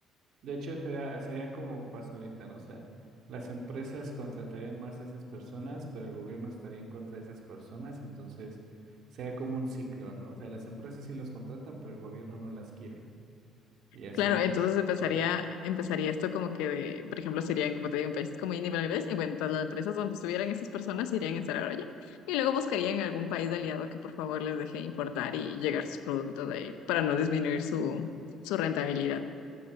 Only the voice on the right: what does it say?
De hecho, sería, sería como pasa ahorita, ¿no? O sea, las empresas contratarían más a esas personas, pero el gobierno estaría en contra de esas personas, entonces sería como un ciclo, ¿no? O sea, las empresas sí los contratan, pero el gobierno no las quiere. Y así,